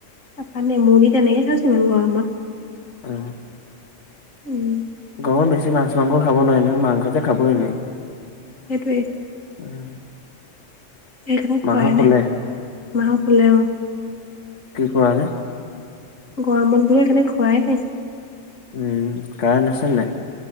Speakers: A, on the left (about 80°); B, on the left (about 65°).
A: তাপা নেমু দি তেনেকে খাইছো ইমান গৰমত
B: অ
A: উম
B: গৰমত বেছি মাছ মাং খাব নোৱাৰে নহয় মাংস যে খাবই <unintelligible>
A: সেইটোৱে
B: উম,
A: সেইকাৰণে
B: মাহত
A: খোৱাই
B: শুলে
A: নাই মাহত শুলে অ
B: কি কৰা নে
A: গৰমত বোৰে সেই কাৰণে খোৱাই নাই
B: উম কাৰেন্ট আাছে নে নাই